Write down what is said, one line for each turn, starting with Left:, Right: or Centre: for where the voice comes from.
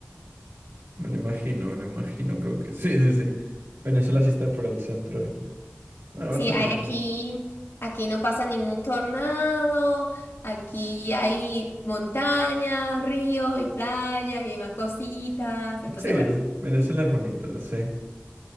Right: me lo imagino, me lo imagino, creo que sí, sí, sí. Venezuela sí está por el centro del... Bueno,
Left: Sí,
Right: más arribita.
Left: hay- aquí, aquí no pasa ningún tornado, aquí hay montañas, ríos y playas y más cositas, entonces
Right: Sí, es-
Left: bueno,
Right: Venezuela es bonito, lo sé.